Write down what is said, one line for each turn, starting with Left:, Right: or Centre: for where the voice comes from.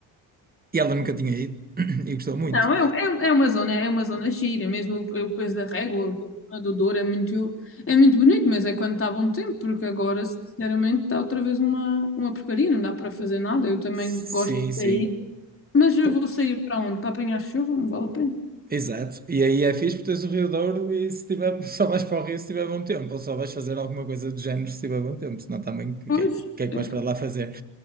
Right: e ela nunca tinha ido <clears throat> e gostou muito.
Left: Não, é, um- é, um- é uma zona, é uma zona gira, mesmo o, o peso da régua, a do Douro é muito, é muito bonito, mas é quando está bom tempo, porque agora, sinceramente, está outra vez uma, uma porcaria, não dá para fazer nada. Eu também
Right: Sim,
Left: gosto de
Right: sim.
Left: sair, mas eu
Right: Pô,
Left: vou sair para onde? Para apanhar chuva? Não vale a pena.
Right: Exato. E aí é fixe porque tens o Rio Douro e se tiver, <laughs> só vais para o Rio se tiver bom tempo, ou só vais fazer alguma coisa do género se tiver bom tempo, senão também o que
Left: Pois,
Right: é, que o que é que
Left: eu-
Right: vais para lá fazer?